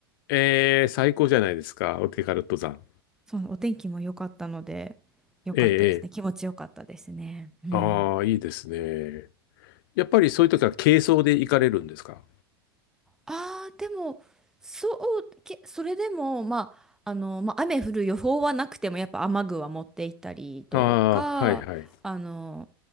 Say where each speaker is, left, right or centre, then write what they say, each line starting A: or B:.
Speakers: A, on the left; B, in the centre.
A: ええ、最高じゃないですか。お手軽登山。
B: そう、お天気も良かったので、良かったですね。
A: ええ、ええ。
B: 気持ちよかったですね。うん。
A: ああ、いいですね。やっぱりそういう時は軽装で行かれるんですか
B: ああ、でも、そう、け、それでも、まあ、あの、まあ、雨降る予報はなくても、やっぱ雨具は持って行ったりとか、
A: ああー、はいはい。
B: あの、